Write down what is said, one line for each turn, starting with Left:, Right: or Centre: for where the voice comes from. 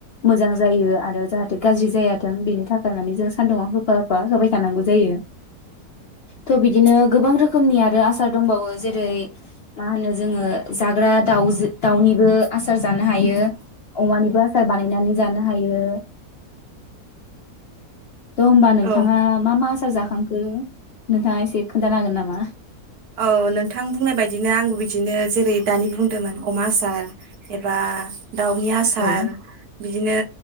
Left: मोजां जायो आरो जाहाथे गाज्रि जायाथों बेनि थाखाय माने जों सान्दुुंआव होफा होफा होबाय थानांगौ जायो थ' बिदिनो गोबां रोखोमनि आरो आसार दंबावो जेरै मा होनो जोङो जाग्रा दावजो दाउनिबो आसार जानो हायो अमानिबो आसार सार बानायनानै जानो हायो। थ होमबा नोंथाङा
Right: औ
Left: मा मा आसार जाखां हो नोंथाङा एसे खोन्थानो हागोन नामा?
Right: औ नोंथां बुंनाय बायदिनो आंबो बिदिनो जेरै दानि बुंदोंमोन अमा आसार एबा दाउनि आसार
Left: औ
Right: बिदिनो